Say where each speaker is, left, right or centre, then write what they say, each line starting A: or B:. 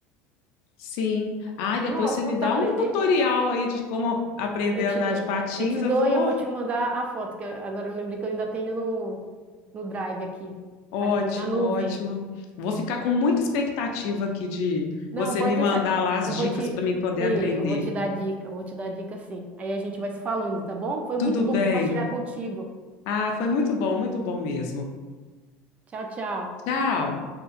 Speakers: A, on the left (about 70°); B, on the right (about 30°).
A: <laughs> Sim.
B: O patins.
A: Ai, depois
B: Nossa,
A: você me
B: quando
A: dá
B: tu aprender.
A: um tutorial aí de como aprender
B: Eu te
A: a andar
B: dou.
A: de patins,
B: Eu te
A: eu
B: dou
A: vou.
B: e eu vou te mandar a foto, que eu- agora eu lembrei que eu ainda tenho no, no Drive aqui,
A: Ótimo,
B: as- na nuvem.
A: ótimo. Vou ficar com muita expectativa aqui de
B: Não,
A: você
B: pode
A: me mandar
B: deixar.
A: lá as
B: Eu
A: dicas
B: vou te,
A: para me poder
B: eh,
A: aprender.
B: eu vou te dar dica, eu vou te dar dica sim. Aí a gente vai se falando, tá bom? Foi
A: Tudo
B: muito
A: bem.
B: bom compartilhar contigo.
A: Ah, foi muito bom, muito bom mesmo.
B: Tchau, tchau.
A: Tchau.